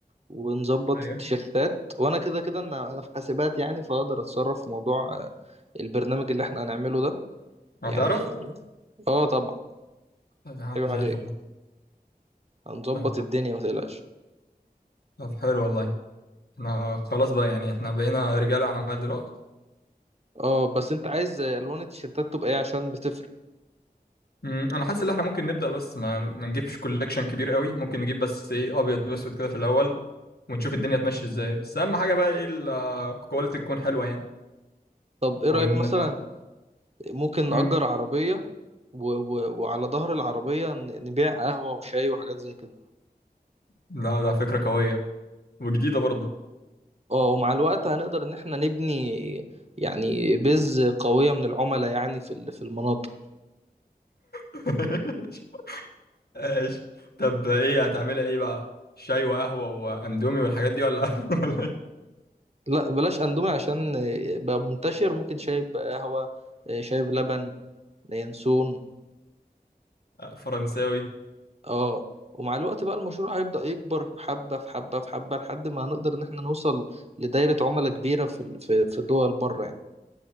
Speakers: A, on the right (about 40°); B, on the left (about 75°).
A: ونظبط
B: ايوه
A: التيشيرتات وانا كده كده انا أنا في حاسبات يعني فاقدر اتصرف في موضوع آه، البرنامج اللي احنا هنعمله ده
B: هتعرف
A: يعني اه طبعا
B: طب يا عم
A: عيب عليك
B: زي الفل
A: هنظبط
B: طب
A: الدنيا ما تقلقش
B: طب حلو والله احنا خلاص بقى يعني احنا بقينا رجال اعمال دلوقتي
A: اه بس انت عايز آه، الوان التيشيرتات تبقى ايه عشان بتفرق
B: مم، انا حاسس ان احنا ممكن نبدا بس ما ما نجيبش كولكشن كبير قوي ممكن نجيب بس ايه ابيض واسود كده في الاول ونشوف الدنيا تمشي ازاي بس اهم حاجه بقى ايه الكواليتي تكون حلوه يعني
A: طب ايه
B: وان
A: رايك مثلا ممكن
B: مم،
A: نأجر عربيه و... و... وعلى ظهر العربيه ن- نبيع قهوه وشاي وحاجات زي كده
B: لا ده فكره قويه وجديده برضه
A: اه ومع الوقت هنقدر ان احنا نبني يعني بيز قوية من العملاء يعني في ال- في المناطق
B: <laughs> ايش طب ايه هتعملها ايه بقى شاي وقهوه واندومي والحاجات دي ولا <laughs> ولا إيه؟
A: لا بلاش اندومي عشان آه، بقى منتشر ممكن شايب بقى قهوة آه، شايب لبن ينسون
B: آه، فرنساوي
A: اه ومع الوقت بقى المشروع هيبدأ يكبر حبة في حبة في حبة لحد ما هنقدر ان احنا نوصل لدايرة عملاء كبيرة في ال- في في دول بره يعني